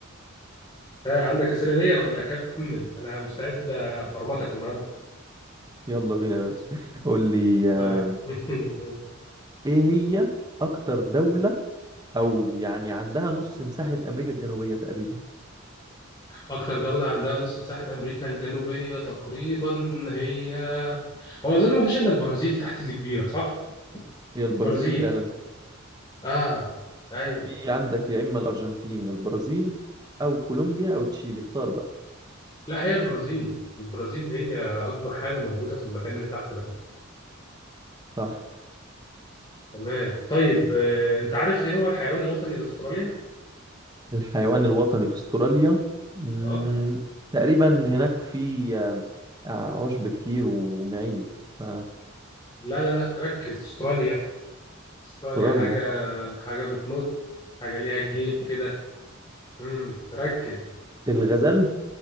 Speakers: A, on the left; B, on the right.
A: آه. عندك اسئله ليا ولا اكمل انا مستعد افرمتك النهارده
B: يلا بينا يا باشا <laughs> قول لي آه،
A: طيب <laughs>
B: ايه هي اكتر دولة او يعني عندها نص مساحة امريكا الجنوبية تقريبا
A: أكتر دولة عندها نص مساحة أمريكا الجنوبية تقريبا هي هو أظن ما فيش إلا البرازيل تحت اللي كبيرة صح؟
B: هي البرازيل
A: برازيل
B: فعلا
A: آه أيوه
B: في عندك يا إما الأرجنتين يا البرازيل أو كولومبيا أو تشيلي اختار بقى
A: لا هي البرازيل البرازيل هي أكبر حاجة موجودة في المكان اللي تحت ده
B: صح
A: تمام طيب آه، أنت عارف إيه هو الحيوان الوطني لأستراليا؟
B: الحيوان الوطني في أستراليا مم،
A: آه
B: تقريبا هناك في آه، آه، عشب كتير ومعيز ف-
A: لا لا لا ركز أستراليا أستراليا
B: أستراليا
A: حاجة حاجة بتنط حاجة ليها جيب كده امم ركز
B: الغزال